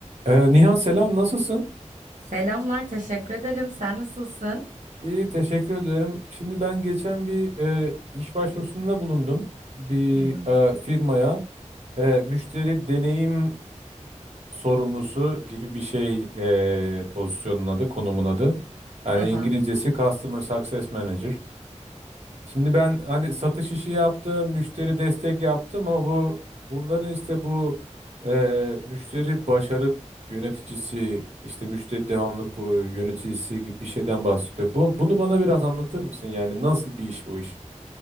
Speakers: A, on the right; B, on the right.
A: Ee, Nihan selam nasılsın?
B: Selamlar, teşekkür ederim. Sen nasılsın?
A: İyi teşekkür ederim. Şimdi ben geçen bir e, iş başvurusunda bulundum. Bir
B: Hı hı.
A: e, firmaya e, müşteri deneyim sorumlusu gibi bir şey e, pozisyonun adı, konumun adı. Yani
B: Aha.
A: İngilizcesi Customer Success Manager. Şimdi ben hani satış işi yaptım, müşteri destek yaptım ama bu bunların işte bu e, müşteri başarı yöneticisi, işte müşteri devamlılık pro- yöneticisi gibi bir şeyden bahsediyor. Bu, bunu bana biraz anlatır mısın? Yani nasıl bir iş bu iş?